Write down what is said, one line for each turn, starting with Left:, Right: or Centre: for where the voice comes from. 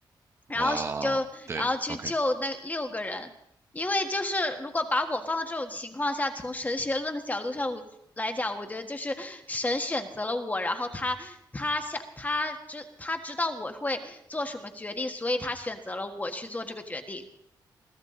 Left: 然后就然后去救那六个人，
Right: 哇，对，OK，
Left: 因为就是如果把我放到这种情况下，从神学论的角度上来讲，我觉得就是神选择了我，然后他他想他知他知道我会做什么决定，所以他选择了我去做这个决定。